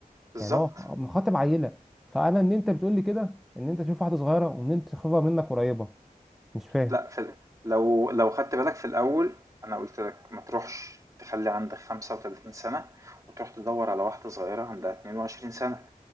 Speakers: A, on the right (about 25°); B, in the centre.
A: بالظبط
B: يعني هو مخاطب عيله فانا ان انت بتقول لي كده ان انت تشوف واحده صغيره وان انت تخافها منك قريبه مش فاهم
A: لا في ال- لو لو خدت بالك في الاول انا قلت لك ما تروحش تخلي عندك 35 سنة وتروح تدور على واحدة صغيرة عندها 22 سنة